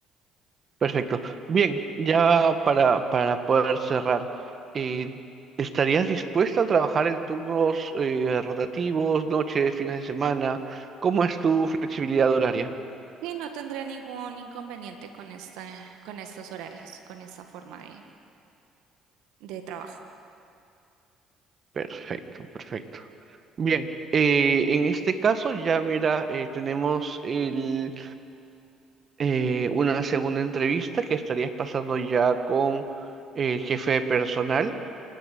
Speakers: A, on the right; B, on the right.
A: Perfecto. Bien, ya para, para poder cerrar, eh, ¿estarías dispuesta a trabajar en turnos eh, rotativos, noches, fines de semana? ¿Cómo es tu flexibilidad horaria?
B: Sí, no tendría ningún inconveniente con esta, con estos horarios, con esta forma de, de trabajo,
A: Perfecto, perfecto. Bien, eh, en este caso ya mira, eh, tenemos el, eh, una segunda entrevista que estarías pasando ya con eh, el jefe de personal.